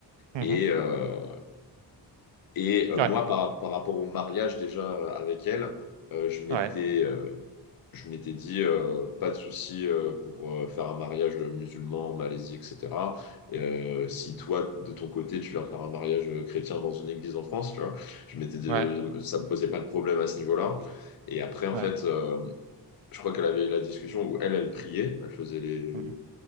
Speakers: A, on the right (about 80°); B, on the left (about 55°).
A: Mhm.
B: Et, euh, et euh,
A: Ouais,
B: moi, par, par rapport au mariage déjà euh, avec elle, euh, je m'étais
A: ouais,
B: euh, je m'étais dit euh, pas de souci euh, pour euh, faire un mariage musulman en Malaisie, etc. Et, euh, si toi, de ton côté, tu veux faire un mariage euh, chrétien dans une église en France, tu vois, je m'étais dit,
A: ouais,
B: euh, ça me posait pas de problème à ce niveau-là. Et après, en
A: ouais,
B: fait, euh, je crois qu'elle avait eu la discussion où elle, elle priait, elle faisait les,
A: Mhm.